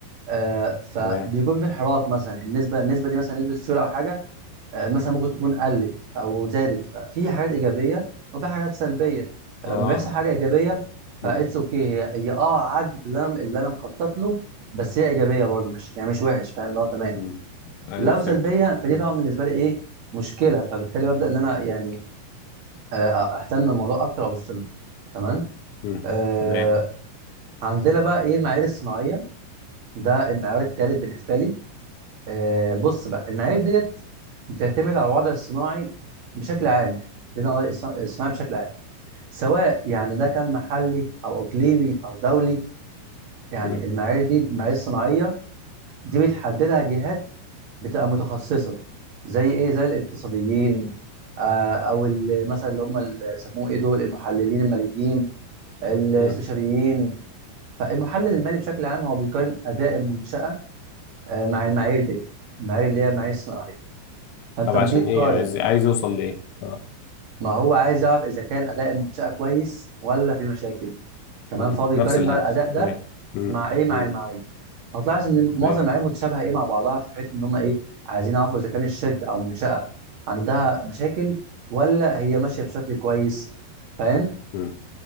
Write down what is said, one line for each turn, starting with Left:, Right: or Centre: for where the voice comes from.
Right: آه فبيكون
Left: تمام
Right: في انحراف مثلا النسبه النسبه دي مثلا نسبه السيوله او حاجه آه مثلا ممكن تكون قلت او زادت ففي حاجات ايجابيه وفي حاجات سلبيه
Left: اه
Right: لما بيحصل حاجه ايجابيه
Left: مم.
Right: فاتس اوكي هي هي اه عدت اللي انا اللي انا مخطط له بس هي ايجابيه برضه مش يعني مش وحش فاهم اللي هو تمام
Left: مم. ايوه
Right: لو
Left: فهمتك
Right: سلبيه فدي
Left: مم.
Right: طبعا بالنسبه لي ايه مشكله فبالتالي ببدا ان انا يعني آه، اهتم بالموضوع اكتر وابص له تمام
Left: مم.
Right: آه
Left: تمام
Right: عندنا بقى ايه المعايير الصناعيه ده المعيار الثالث بالنسبه لي آه بص بقى المعايير ديت بتعتمد على الوضع الصناعي بشكل عام يعني بتعتمد على الوضع الص- الصناعي بشكل عام سواء يعني ده كان محلي او اقليمي او دولي يعني
Left: مم.
Right: المعايير دي المعايير الصناعيه دي بتحددها جهات بتبقى متخصصه زي ايه زي الاقتصاديين آه، او ال- مثلا اللي هم اللي سموه ايه دول المحللين الماليين الاستشاريين
Left: مم.
Right: فالمحلل المالي بشكل عام هو بيقارن اداء المنشاه آه، مع المعايير دي المعايير اللي هي المعايير الصناعيه فانت
Left: طب
Right: لما
Left: عشان
Right: تيجي تقارن
Left: ايه يعني عايز عايز اوصل لايه اه
Right: ما هو عايز يعرف اذا كان اداء المنشاه كويس ولا في مشاكل تمام
Left: مم.
Right: فهو بيقارن
Left: نفس الهدف
Right: بقى الاداء
Left: تمام
Right: ده
Left: مم.
Right: مع ايه مع
Left: مم.
Right: المعايير هتلاحظ ان
Left: تمام
Right: معظم المعايير متشابهه ايه مع بعضها في حته ان هم ايه عايزين يعرفوا اذا كان الشركه او منشاه عندها مشاكل ولا هي ماشيه بشكل كويس فاهم
Left: مم.